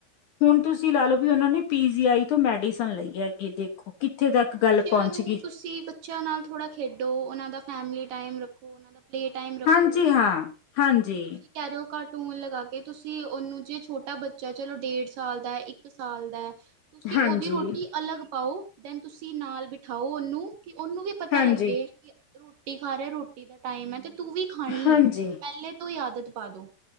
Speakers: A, on the left; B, on the right.
A: ਹੁਣ ਤੁਸੀਂ ਲਾ ਲਓ ਵੀ ਉਹਨਾਂ ਨੇ ਪੀ ਜੀ ਆਈ ਤੋਂ ਮੈਡੀਸਨ ਲਈ ਹੈਗੀ ਦੇਖੋ ਕਿੱਥੇ ਤੱਕ
B: ਬੱਚਿਆਂ
A: ਗੱਲ ਪਹੁੰਚ
B: ਨੂੰ
A: ਗੀ।
B: ਤੁਸੀਂ ਬੱਚਿਆਂ ਨਾਲ ਥੋੜ੍ਹਾ ਖੇਡੋ ਉਹਨਾਂ ਦਾ ਫੈਮਲੀ ਟਾਈਮ ਰੱਖੋ, ਉਹਨਾਂ ਦਾ ਟਾਈਮ ਰੱਖੋ
A: ਹਾਂਜੀ ਹਾਂ, ਹਾਂਜੀ।
B: ਹੁਣ ਤੁਸੀਂ ਕਹਿ ਰਹੇ ਓ ਘੱਟ ਟੂਨ ਲਗਾ ਕੇ ਤੁਸੀਂ ਉਹਨੂੰ ਜੇ ਛੋਟਾ ਬੱਚਾ ਚਲੋ ਡੇਢ ਸਾਲ ਦਾ ਇੱਕ ਸਾਲ ਦਾ ਤੁਸੀਂ
A: ਹਾਂਜੀ,
B: ਉਹਦੀ ਰੋਟੀ ਅਲੱਗ ਪਾਓ। ਦੈਨ ਤੁਸੀਂ ਨਾਲ ਬਿਠਾਓ ਉਹਨੂੰ ਕਿ ਉਹਨੂੰ ਵੀ ਪਤਾ
A: ਹਾਂਜੀ,
B: ਲੱਗੇ ਕਿ ਰੋਟੀ ਖਾ ਰਿਆ ਰੋਟੀ ਦਾ ਟਾਈਮ ਐ ਤੇ ਤੂੰ ਵੀ ਖਾਣੀ
A: ਹਾਂਜੀ।
B: ਏ ਪਹਿਲੇ ਤੋਂ ਈ ਆਦਤ ਪਾ ਦੋ।